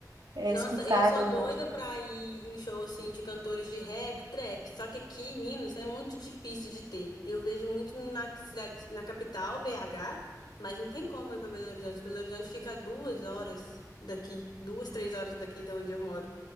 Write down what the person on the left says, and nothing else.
Nossa,
eu sou
doida
pra ir em show assim de cantores de rap, trap. Só que aqui em Minas é muito difícil de ter. Eu vejo muito na cidade, na capital, BH, mas não tem como ir pra Belo Horizonte. Belo Horizonte fica a duas horas daqui, duas, três horas daqui da onde eu moro.